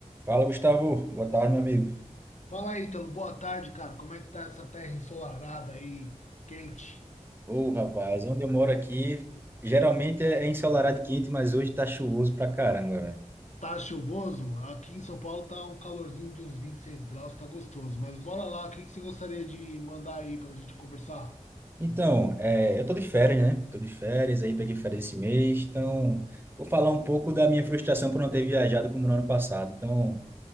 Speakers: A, on the right (about 15°); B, on the left (about 65°).
A: Fala, Gustavo. Boa tarde, meu amigo.
B: Fala aí, Ítalo. Boa tarde, cara. Como é que tá essa terra ensolarada aí, quente?
A: Ô, rapaz, onde eu moro aqui, geralmente é é ensolarado e quente, mas hoje tá chuvoso pra caramba, velho.
B: Tá chuvoso? Aqui em São Paulo tá um calorzinho de uns 26 graus, tá gostoso. Mas bora lá, o que que você gostaria de mandar aí pra gente conversar?
A: Então, é, eu tô de férias, né? Tô de férias, aí peguei férias esse mês, então vou falar um pouco da minha frustração por não ter viajado como no ano passado. Então,